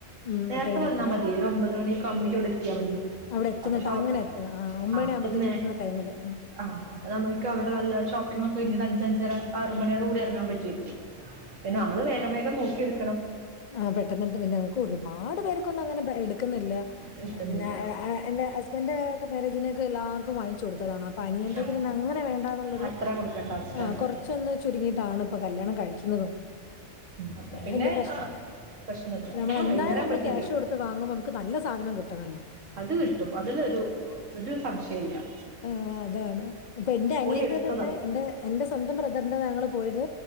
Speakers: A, on the left; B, on the right.
A: ഉം
B: നേര്ത്തെ
A: അപ്പോഴേക്കും
B: വന്നാ
A: എത്തല്ലേ
B: മത്യേ ഒരാെമ്പത് മണിയൊക്കാവുമ്പെയേക്ക് ഇവിടെ എത്തിയാ മതി
A: അവിടെ എത്തുന്ന
B: അപ്പ ഷോപ്പിൽ
A: ട അങ്ങനെ എത്തണം. ആ ഒമ്പത്
B: ആഹ്
A: ആകുമ്പത്തേക്ക്
B: പിന്നേ
A: എത്തുന്ന ടൈമില്. ഉം
B: ആഹ് നമ്ക്ക് അവ്ടെ
A: ഉം.
B: നല്ലെ ഷോപ്പിങ്ങൊക്കെ കഴിഞ്ഞ്ട്ട് അഞ്ചഞ്ച് ഞ്ചരാ ആറുമണ്യോടൂടി എറെങ്ങാൻ പറ്റുവായിരിക്കും പിന്നെ നമ്മള് വേഗം വേഗം നോക്കി എട്
A: ആഹ് പെട്ടെന്ന്‌ട്ത്ത് പിന്നെങ്ങെക്ക് ഒരു പാട് പേർക്കൊന്നും അങ്ങനെ ബ എട്ക്ക്ന്ന്ല്ലാ
B: എടുക്കുന്നില്ല
A: പിന്നെ എ എ എൻ്റെ ഹസ് ഇവന്റേ കെ മേരേജിനെക്കെ എല്ലാർക്കും വാങ്ങിച്ച് കൊട്ത്തതാണ് അപ്പൊ അനിയെൻ്റെത്
B: ആ
A: പിന്നെ അങ്ങെനെ വേണ്ടാന്ന്ള്ളൊര്
B: അത്ര കൊടുക്കേണ്ട ആവശ്യമാണ്
A: ആഹ് കൊർച്ചൊന്ന് ചുരുങ്ങിട്ടാണ് പ്പം കല്ല്യാണം കഴിക്ക്ന്നതും
B: അപ്പം
A: പിന്നെ വെല്യെ പ്രശ് സാര്ല്ല്യാ
B: ആ, പ്രശ്നമില്ല
A: നമ്മെളെന്തായാലും
B: അപ്പോൾ വൈകുന്നേരം
A: നമ്മള്
B: ആകുമ്പോഴേക്കും
A: ക്യാഷ്
B: കഴിയും
A: കൊട്ത്ത് വാങ്ങുമ്പോ നമുക്ക് നല്ല സാധനം കിട്ടണല്ലോ
B: അത് കിട്ടും അതിലൊരു ഒരു സംശയില്ലാ
A: ആഹ് അതാണ് അപ്പൊ എൻ്റെ അനിയന്റൊതൊക്കെ
B: എടുത്തതാണ്
A: എന്റെ എന്റെ സ്വന്തം ബ്രദറിന്റെത് ഞങ്ങള് പോയത്